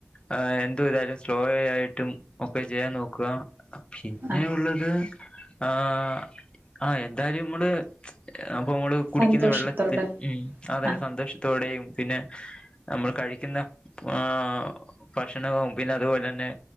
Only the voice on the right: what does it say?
ആ
സന്തോഷത്തോടെ
ആ